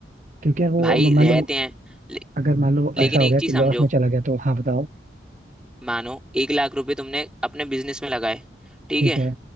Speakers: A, on the right; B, in the centre.
A: क्योंकि यार वो
B: भाई
A: म- मान
B: रहते
A: लो
B: हैं ले,
A: अगर मान लो
B: लेकिन
A: ऐसा हो
B: एक
A: गया
B: चीज
A: कि
B: समझो
A: लॉस में चला गया तो हाँ बताओ
B: मानो एक लाख रुपए तुमने अपने बिजनेस में लगाए ठीक
A: ठीक
B: है
A: है